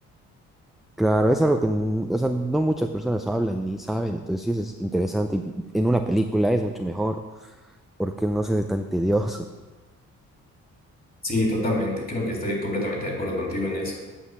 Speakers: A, in the centre; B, on the left.
A: Claro, es algo que, n- o sea, no muchas personas hablan ni saben, entonces sí eso es interesante y en una película es mucho mejor porque no se hace tan tedioso. <laughs>
B: Sí, totalmente. Creo que estoy completamente de acuerdo contigo en eso.